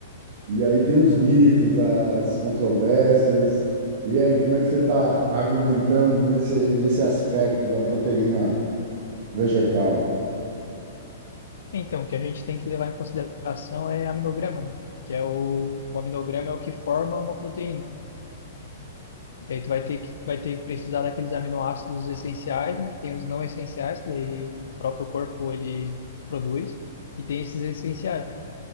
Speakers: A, on the right (about 55°); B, on the left (about 75°).
A: E aí tem os mitos, as controvérsias. E aí, como é que você está argumentando nesse, nesse aspecto da proteína vegetal?
B: Então, o que a gente tem que levar em consideração é aminograma, né? Que é o, o aminograma é o que forma uma proteína. E daí tu vai ter que, vai ter que precisar daqueles aminoácidos essenciais, né? Tem os não essenciais, que daí o próprio corpo ele produz, e tem esses essenciais.